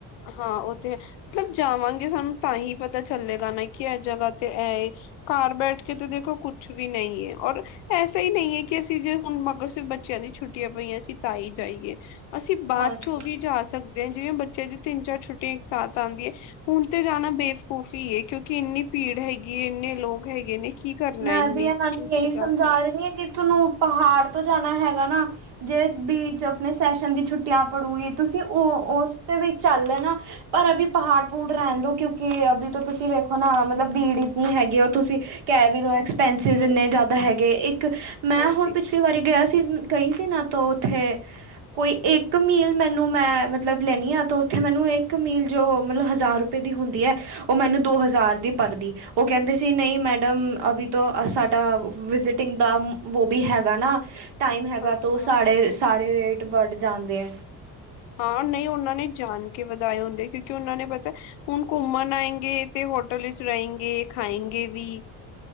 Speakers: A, on the left; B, on the right.
A: ਹਾਂ, ਉਹਥੇ ਹੈ ਮਤਲਬ ਜਾਵਾਂਗੇ ਸਾਨੂੰ ਤਾਂ ਹੀ ਪਤਾ ਚੱਲੇਗਾ ਨਾ ਕਿ ਇਸ ਜਗ੍ਹਾ ਤੇ ਏਹੋ। ਘਰ ਬੈਠ ਕੇ ਤੇ ਦੇਖੋ ਕੁਛ ਵੀ ਨਹੀਂ ਹੈ ਔਰ ਐਸਾ ਹੀ ਨਹੀਂ ਹੈ ਕਿ ਅਸੀਂ ਜੇ ਹੁਣ ਮਗਰ ਬੱਚਿਆਂ ਦੀ ਛੁੱਟੀਆਂ ਪਈਆਂ ਅਸੀਂ ਤਾਂ ਹੀ ਜਾਈਏ। ਅਸੀਂ ਬਾਅਦ
B: ਹਾਂਜੀ
A: ਚੋਂ ਵੀ ਜਾ ਸਕਦੇ ਹਾਂ ਜਿਵੇਂ ਬੱਚੇ ਦੀ ਤਿੰਨ-ਚਾਰ ਛੁੱਟੀ ਇੱਕ ਸਾਥ ਆਉਂਦੀ ਹੈ। ਹੁਣ ਤੇ ਜਾਣਾ ਬੇਕੂਫੀ ਹੈ ਕਿਉਂਕਿ ਇੰਨੀ ਭੀੜ ਹੈਗੀ ਇੰਨੇ ਲੋਕ ਹੈਗੇ ਨੇ। ਕੀ ਕਰਨਾ
B: ਮੈਂ
A: ਇੰਨੀ
B: ਵੀ ਇਹਾਨਾ ਨੂੰ
A: ਉੱਥੇ
B: ਇਹੀ ਸਮਝਾ
A: ਜਾ ਕੇ
B: ਰਹੀ ਹਾਂ ਕਿਥਨੂੰ ਪਹਾੜ ਤੋਂ ਜਾਣਾ ਹੈਗਾ ਨਾ ਜੇ ਬੀਚ ਆਪਣੇ ਸੈਸ਼ਨ ਦੀ ਛੁੱਟੀਆਂ ਪੜੂਗੀ। ਤੁਸੀਂ ਉਹ, ਉਸ ਦੇ ਵਿੱਚ ਚੱਲ ਲੈਣਾ ਪਰ ਅਭੀ ਪਹਾੜ ਪੂੜ ਰਹਿਣ ਦੋ, ਕਿਉਂਕਿ ਅਭੀ ਤੋਂ ਤੁਸੀਂ ਵੇਖੋ ਨਾ ਮਤਲਬ ਭੀੜ ਇੰਤਨੀ ਹੈਗੀ। ਤੁਸੀਂ ਕਹਿ ਵੀ ਰੋ ਐਕਸਪੈਂਸਿਸ
A: ਹਾਂ
B: ਇੰਨੇ ਜ਼ਿਆਦਾ ਹੈਗੇ। ਇੱਕ ਮੈਂ
A: ਹਾਂਜੀ
B: ਹੁਣ ਪਿਛਲੇ ਇਕ ਵਾਰੀ ਗਿਆ ਸੀ ਗਈ ਸੀ। ਗਈ ਸੀ ਨ ਤੋਂ ਉੱਥੇ ਕੋਈ ਇੱਕ ਮੀਲ ਮੈਨੂੰ, ਮੈਂ ਮਤਲਬ ਲੈਦੀ ਹਾਂ ਤਾਂ ਉੱਥੇ, ਮੈਨੂੰ ਇੱਕ ਮੀਲ ਜੋ ਮਤਲਬ ਹਜ਼ਾਰ ਰੁ ਦੀ ਹੁੰਦੀ ਹੈ। ਉਹ ਮੈਨੂੰ ਦੋ ਹਜ਼ਾਰ ਦੀ ਪੜ੍ਹਦੀ ਉਹ ਕਹਿੰਦੇ ਸੀ, ਨਹੀਂ ਮੈਡਮ ਅਭੀ ਤੋਂ ਸਾਡਾ ਵਿਜਿਟਿੰਗ ਦਾ ਵੋ ਵੀ ਹੈਗਾ ਨਾ ਟਾਈਮ ਹੈਗਾ,
A: ਹਾਂ
B: ਤਾਂ ਉਹ
A: ਹਾਂ
B: ਸਾਡੇ ਸਾਰੇ ਰੇਟ ਵੱਢ ਜਾਂਦੇ ਹੈ।
A: ਹਾਂ ਨਹੀਂ, ਉਹਨਾਂ ਨੇ ਜਾਣ ਕੇ ਵਧਾਏ ਹੁੰਦੇ, ਕਿਉਂਕਿ ਉਹਨਾਂ ਨੇ ਪਤਾ ਹੁਣ ਘੁੰਮਣ ਆਏਗੇ। ਤੇ ਹੋਟਲ ਵਿੱਚ ਰਹੇਗੇ ਖਾਏਗੇ ਵੀ